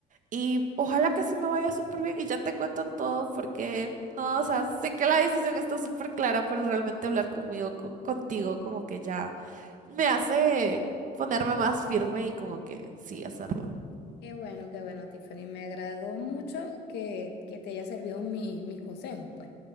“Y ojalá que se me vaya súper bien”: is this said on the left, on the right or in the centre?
Right